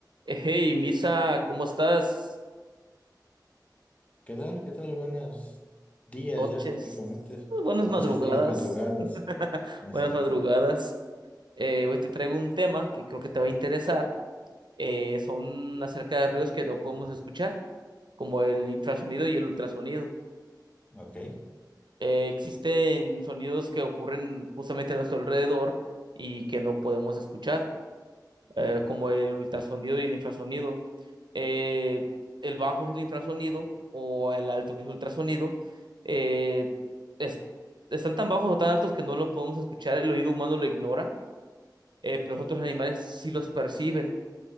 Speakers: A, on the right (about 80°); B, on the left (about 20°).
A: Eh, Hey, Misa, ¿cómo estás?
B: ¿Qué tal? ¿Qué tal? Buenos días
A: Noches,
B: ya prácticamente.
A: Pues, buenas
B: Noches,
A: madrugadas,
B: días, madrugadas.
A: <laughs>
B: Exacto.
A: buenas madrugadas. Eh, hoy te traigo un tema que creo que te va a interesar. Eh, son acerca de ruidos que no podemos escuchar, como el infrasonido y el ultrasonido.
B: Ok.
A: Eh, existen sonidos que ocurren justamente a nuestro alrededor y que no podemos escuchar. eh, como el ultrasonido y el infrasonido. Eh, el bajo es el infrasonido o el alto que es ultrasonido. Eh, es- están tan bajos o tan altos que no lo podemos escuchar, el oído humano lo ignora, eh, pero los otros animales sí los perciben.